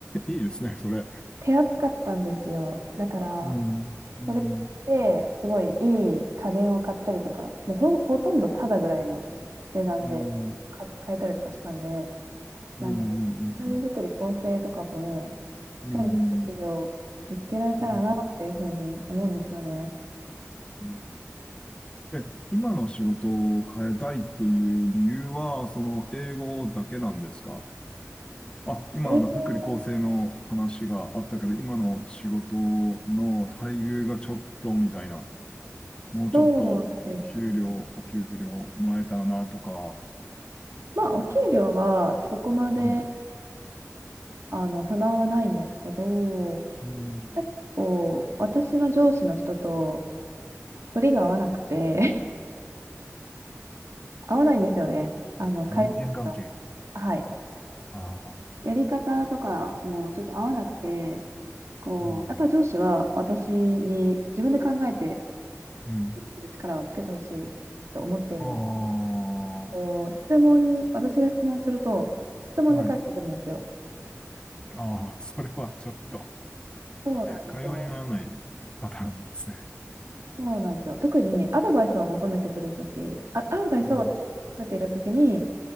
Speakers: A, on the left; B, on the right.
A: いいですね、それ。
B: <laughs> 手厚かったんですよ。だから、
A: うん、うん、
B: それで、すごいいい家電を買ったりとか、もうほ、ほとんどタダぐらいの値段で買買えたりとかしたんで、
A: うん、
B: なんか、
A: うん、
B: ルール作り構成とかも、
A: うん、
B: しっかりした企業を見つけられたらなっていうふうに思うんですよね。
A: うん、うん。うんえ、今の仕事を変えたいっていう理由は、その英語だけなんですかあ、今あの福利厚生の話があったけど、
B: 英語
A: 今の仕事の待遇がちょっとみたいな、もうちょっと給料、
B: そうですね。
A: お給料もらえたらなとか、
B: まあ、お給料はそこまで、
A: うん、
B: あの、不満はないんですけど、
A: うん、
B: 結構、私の上司の人と、反りが合わなくて合わないんですよね。あの、会話が。
A: 人間関係。
B: はい。
A: ああ、
B: やり方とかもちょっと合わなくて、こう、
A: うん、
B: やっぱり上司は私に自分で考えて
A: うん。
B: する力をつけてほしいと思っているので、
A: ああ、
B: こう、質問、私が質問すると、質問で返してくるんですよ。
A: はい。ああ、<laughs> それはちょっと、
B: そうなんですよ。
A: 会話にならないパターンですね。
B: そうなんですよ。特にアドバイスを求めてくるとき、あ、アドバイスを私が求めているときに、
A: うん、